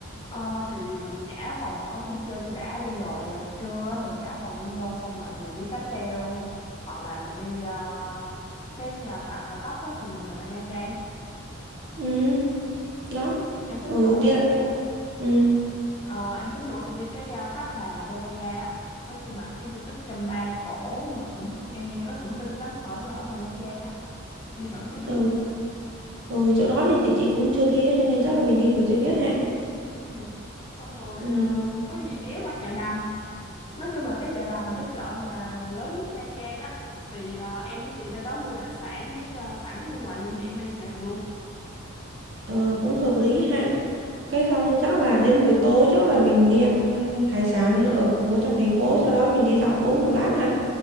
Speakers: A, on the left; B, on the right.
A: Ờ, thì mình trả phòng ở Vin cho đã đi rồi à, trưa á, mình trả phòng Vinpearl xong rồi mình đi cáp treo hoặc là mình đi ờ, cái à, tàu cao tốc á, rồi mình về lại Nha Trang.
B: Ừ. đó
A: Em tính
B: ừ
A: rủ
B: đi lại ừ
A: ờ, em tính rủ chị đi cái à, tháp bà Ponagar á. Nói chung là cái di tích Chăm Ba cổ mà cũng em nghe nó cũng linh lắm ở ở ngoài Nha Trang á. Đi thử cho biết.
B: ừ ừ chỗ đó thì, thì chị cũng chưa đi á cho nên chắc là mình đi thử cho biết ha
A: ừ xong rồi
B: ừ
A: ờ, có gì ghé qua chợ đầm Nói chung là cái chợ đầm là cái chợ mà lớn nhất Nha Trang á thì ờ, em với chị ra đó mua đặc sản với ờ, sẵn mua quà lưu niệm mang về luôn.
B: ờ, cũng hợp lý ha cái xong chắc là đến buổi tối chắc là mình đi ăn hải sản ở ở trong thành phố sau đó mình đi dạo phố một lát ha